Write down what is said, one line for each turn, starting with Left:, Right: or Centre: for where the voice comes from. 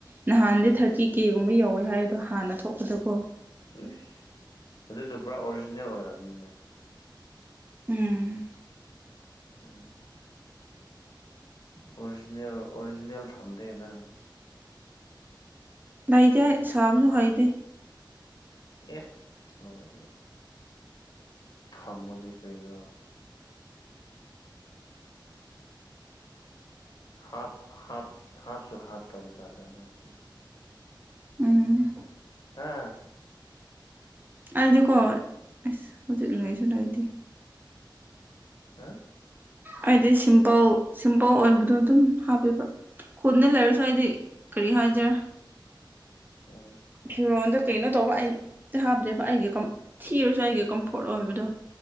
Right: ꯅꯍꯥꯟꯗꯤ
Left: ꯎꯝ
Right: ꯊꯥꯔꯇꯤ ꯀꯦꯒꯨꯝꯕ ꯌꯥꯎꯋꯦ ꯍꯥꯏ ꯑꯗꯣ ꯍꯥꯟꯅ ꯊꯣꯛꯄꯗꯀꯣ
Left: ꯏꯁ ꯑꯗꯨꯗꯣ ꯄꯨꯔꯥ ꯑꯣꯔꯤꯖꯤꯅꯦꯜ ꯑꯣꯏꯔꯝꯅꯤꯅꯦ
Right: ꯎꯝ
Left: ꯎꯝ ꯑꯣꯔꯤꯖꯤꯅꯦꯜ ꯑꯣꯔꯤꯖꯤꯅꯦꯜ ꯊꯝꯗꯦ ꯅꯪ
Right: ꯂꯩꯇꯦ ꯁꯥꯕꯁꯨꯨ ꯍꯩꯇꯦ
Left: ꯑꯦ ꯂꯣꯏꯔꯦꯍꯦ ꯊꯝꯃꯣꯅꯦ ꯀꯔꯤꯔ ꯍꯥꯞ ꯍꯥꯞꯁꯨ ꯍꯥꯞꯇꯕ ꯖꯥꯠꯂꯥ ꯅꯪꯖꯤ
Right: ꯎꯝ
Left: ꯍꯥꯥ
Right: ꯑꯩꯗꯤꯀꯣ ꯑꯁ ꯍꯧꯖꯤꯛ ꯂꯩꯁꯨ ꯂꯩꯇꯦ
Left: ꯍꯥ
Right: ꯑꯩꯗꯤ ꯁꯤꯝꯄꯜ ꯁꯤꯝꯄꯜ ꯑꯣꯏꯕꯗꯣ ꯑꯗꯨꯝ ꯍꯥꯞꯄꯦꯕ ꯈꯨꯗ ꯂꯩꯔꯁꯨ ꯍꯥꯏꯗꯤ ꯀꯔꯤ ꯍꯥꯏꯁꯤꯔꯥ
Left: ꯑꯥ
Right: ꯐꯤꯔꯣꯟꯜꯗ ꯀꯩꯅꯣ ꯇꯧꯕ ꯑꯩ ꯍꯥꯞꯇꯦꯕ ꯑꯩꯒꯤ ꯊꯤꯔꯁꯨ ꯑꯩꯒꯤ ꯀꯝꯐꯣꯔꯠ ꯑꯣꯏꯕꯗꯣ